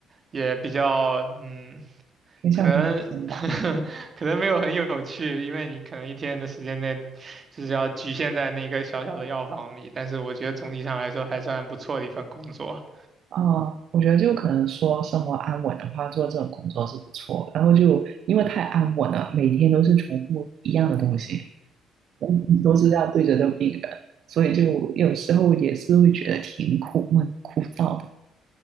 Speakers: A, on the right; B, on the right.
A: 也比较嗯，
B: 偏向中心吧。
A: 可能 <laughs> 可能没有很有趣，因为你可能一天的时间内就是要局限在那个小小的药房里，但是我觉得总体上来说还算不错的一份工作。
B: 啊，我觉得就可能说生活安稳的话，做这种工作是不错。然后就因为太安稳了，每天都是重复一样的东西，嗯都是要对着的病人，所以就有时候也是会觉得挺苦闷、枯燥的。